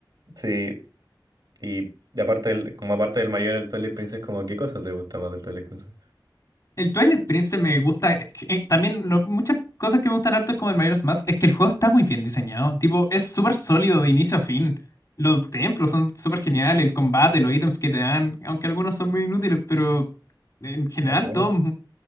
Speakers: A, on the right (about 60°); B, on the left (about 45°).
A: sí. Y, y aparte del, como aparte del mayor del Twilight Princess, como, ¿qué cosas te gusta más del Twilight Princess?
B: El Twilight Prince me gusta. eh, eh, también lo- muchas cosas que me gustan harto como el Majora's Mask es que el juego está muy bien diseñado. Tipo, es súper sólido de inicio a fin. Los templos son súper geniales, el combate, los ítems que te dan, aunque algunos son muy inútiles, pero en general
A: Algunos,
B: todo